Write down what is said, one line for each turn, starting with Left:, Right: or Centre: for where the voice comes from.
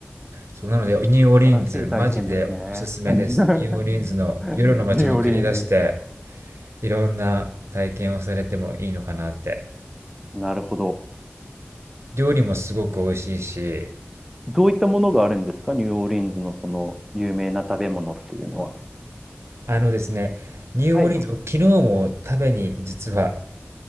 Right: そう、なので、ニューオーリンズ、
Centre: 素晴らしい体験ですね。
Right: マジでおすすめです。
Centre: <laughs>
Right: ニューオーリンズの夜の街に繰り出して、
Centre: ニューオーリンズ。
Right: いろんな体験をされてもいいのかなって。
Centre: なるほど。
Right: 料理もすごく美味しいし、
Centre: どういったものがあるんですかニューオーリンズのその有名な食べ物っていうのは。
Right: あのですね、ニューオーリンズ、
Centre: はい。
Right: 僕昨日も食べに実は